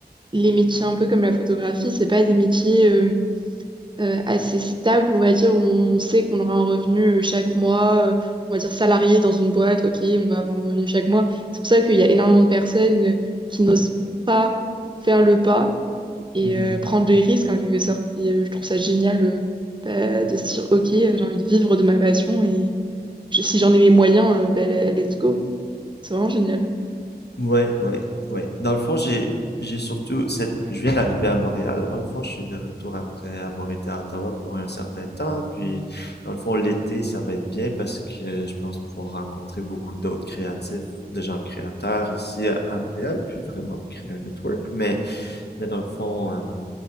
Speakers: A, on the right; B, on the left.
A: les métiers un peu comme la photographie, c'est pas des métiers. euh, assez stable, on va dire, où on sait qu'on aura un revenu euh, chaque mois, euh, on va dire salarié dans une boîte, ok, on va avoir un revenu chaque mois. C'est pour ça qu'il y a énormément de personnes euh, qui n'osent pas faire le pas et
B: Mhm.
A: euh, prendre des risques en quelque sorte. Et, euh, je trouve ça génial euh, bah, de se dire, ok, euh, j'ai envie de vivre de ma passion et je- si j'en ai les moyens, euh, bah, let's go. C'est vraiment génial.
B: Ouais, ouais, ouais. Dans le fond, j'ai j'ai surtout cette je viens d'arriver à Montréal. Dans le fond, je suis de retour après avoir été à Ottawa pour un certain temps. Puis, dans le fond, l'été, ça va être bien parce que je pense pouvoir rencontrer beaucoup d'autres créatifs, de gens créateurs ici à, à Montréal, puis vraiment me créer un network. Mais mais dans le fond, euh,